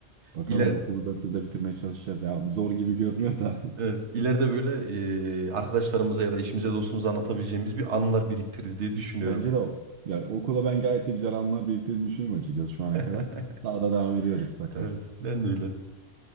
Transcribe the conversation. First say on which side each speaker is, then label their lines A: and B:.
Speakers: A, on the right; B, on the right.
A: Bakalım
B: İler,
A: okulu dört yılda bitirmeye çalışacağız ya. Zor gibi görünüyor da.
B: evet. İleride böyle eee, arkadaşlarımıza ya da eşimize dostumuza anlatabileceğimiz bir anılar biriktiririz diye
A: <laughs>
B: düşünüyorum.
A: Bence de o. Ya okula ben gayet de güzel anılar biriktirdiğini düşünüyorum açıkçası şu
B: <laughs>
A: ana kadar. Daha da devam ediyoruz bakalım.
B: Evet. Ben de öyle.